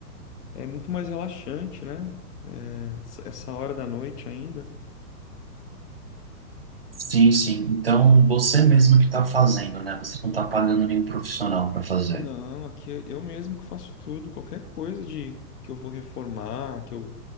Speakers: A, on the left; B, on the right.
A: É muito mais relaxante, né? É, essa essa hora da noite ainda.
B: Sim, sim. Então, você mesmo que está fazendo, né? Você não está pagando nenhum profissional para fazer.
A: Não, aqui eu eu mesmo que faço tudo, qualquer coisa de que eu vou reformar, que eu